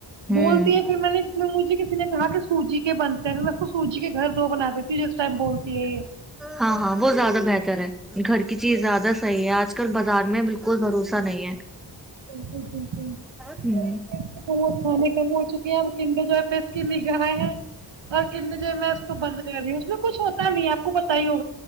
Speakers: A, in the centre; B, on the right.
A: ہوں
B: بولتی ہے پھر میں نے مجھے نے کہا کہ سوجی کے بن میم میں اس کو سوجی کے گھر دو بنا دیتی ہوں جس ٹائم بولتی ہےیہ
A: ہاں ہاں وہ زیادہ بہتر ہے گھر کی چیز زیادہ صحیح ہے آج آج کل بازار میں بالکل بھروسہ نہیں ہے
B: وہ اپنے
A: ہوں
B: اتنےموموذموموذکھانے کے بعد <inaudible> پر کنی د میں کو بند کر رہی اس میں کچھ ہوتا نہیں آپ کو بت ہی ہو